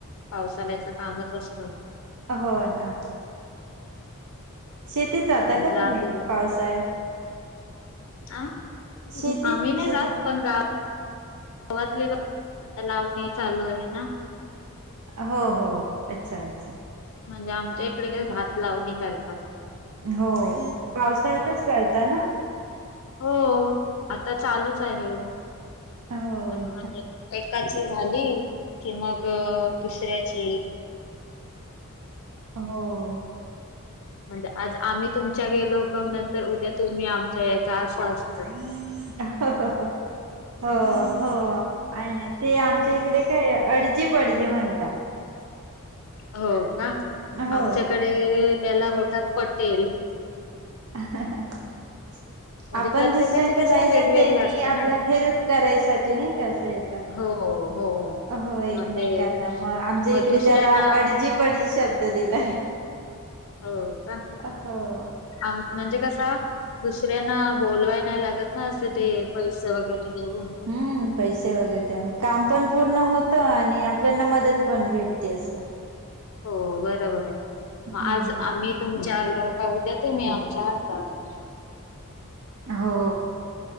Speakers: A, on the left; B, on the right.
A: पावसाळ्याच कामच असतो
B: हों नां. शेतीत जाता
A: आणि
B: का
A: लाद
B: तुम्ही?
A: दिवस
B: पावसाळ्यात.
A: आं
B: शेती
A: आम्ही नायी
B: शेती
A: जात पण गाव गावातले <inaudible> आता लावणी चालू आहे नां.
B: हों हों अच्छा! अच्छा!
A: म्हणजे आमच्या इकडे काय भात लावणी करतात.
B: हों पावसाळ्यात करताना?
A: हों आता चालूच आहे
B: हो
A: म्हणजे एकाचे ते झाली की मग दुशऱ्याची
B: हों.
A: म्हणजे आज आम्ही तुमच्या गेलो क नंतर उद्या तुम्ही आमच्या याचा असा अस
B: <inaudible> हों हों आहे ना ते आमच्या इकडे काय अडजी पडजी म्हणता
A: हों का?
B: हो
A: आमच्याकडे त्याला बोलतात पटेल.
B: <inaudible>
A: म्हणजे
B: आपण
A: प्रत्येकाचे
B: दुसऱ्यांच्या
A: कसं
B: जायचं
A: वेगवेगळ
B: आणि त्यांनी
A: असतं
B: आपला
A: ना
B: हेल्प करायसाठी नाही असं येता.
A: हो हो.
B: हों एकमेकांना
A: मग ते
B: मग आमच्या
A: मग
B: इकडे
A: दुसऱ्यांना
B: त्याला अडजी पडजी शब्दं दिलांय.
A: हो कां
B: हो
A: आं म्हणजे कसां दुसऱ्यांना बोलवांय नाहीं लागतं नां असे ते पैसे वगैरें देऊंन
B: हम्म पैसे वगैरें देऊंन कामं पणं पूर्ण होतं आणि आपल्यांना मंदत पणं भेटते असं
A: हो बरोबर आहे
B: हम्म
A: आंज आम्हीं तुमच्यां लो कां उद्यां तुंम्ही आमच्यां असांल
B: हो